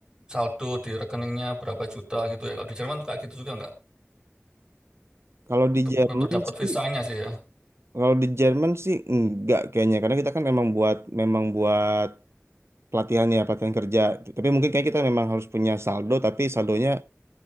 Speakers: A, on the right; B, on the right.
A: saldo di rekeningnya berapa juta gitu ya. Kalau di Jerman kayak gitu juga nggak?
B: kalau
A: Untuk
B: di Jerman
A: untuk dapat
B: sih
A: visanya sih ya.
B: kalau di Jerman sih enggak kayaknya karena kita kan memang buat memang buat pelatihan ya pelatihan kerja tapi mungkin kayak kita memang harus punya saldo tapi saldonya